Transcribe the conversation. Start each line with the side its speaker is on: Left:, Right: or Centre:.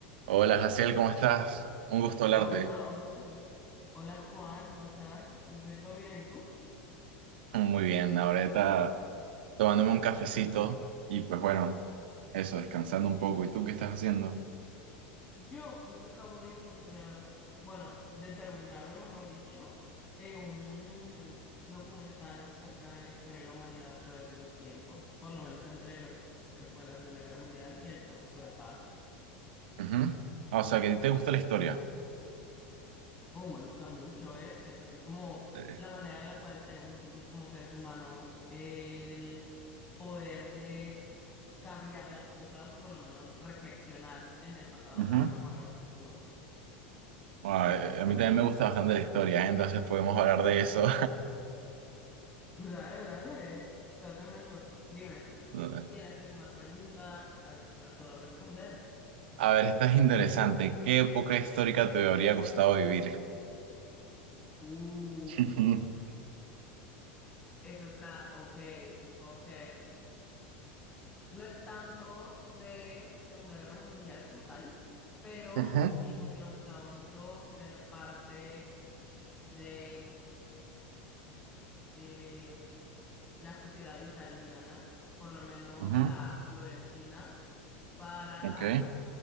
Right: Hola, Jaciel, ¿cómo estás? Un gusto hablarte.
Left: Hola, hola. Hola Juan, ¿cómo estás? Yo Estoy todo bien, ¿y tú?
Right: Muy bien, ahorita tomándome un cafecito y pues bueno, eso, descansando un poco. ¿Y tú qué estás haciendo?
Left: Yo justo acabo de encontrar, bueno, de terminarme, mejor dicho, eh, un documental acerca de la historia de la humanidad a través de los tiempos, por lo menos entre lo que fue la Segunda Guerra Mundial y el proceso de paz.
Right: Ujú. Ah, O sea, que te gusta la historia.
Left: Oh, me gusta mucho, ¿eh? Siento que es como
Right: Eh,
Left: la manera en la cual tenemos nosotros como seres humanos el poder de cambiar las cosas o por lo menos reflexionar en el pasado
Right: ujú.
Left: para mejorar el futuro.
Right: Ah, eh, a mí también me gusta bastante la historia, ¿eh? entonces podemos hablar de eso.
Left: Dale, dale, está tremendo. Dime,
Right: <laughs>
Left: ¿tienes alguna pregunta? A ver si te la puedo responder.
Right: A ver, esta es interesante. ¿Qué época histórica te habría gustado vivir?
Left: Uf,
Right: <laughs>
Left: esa está, ok, ok. No es tanto de Segunda Guerra Mundial como tal, pero
Right: Ujú.
Left: sí me hubiera gustado mucho ser parte de eh, la sociedad italiana, por lo menos
Right: Ujú.
Left: la florentina, para
Right: Ok.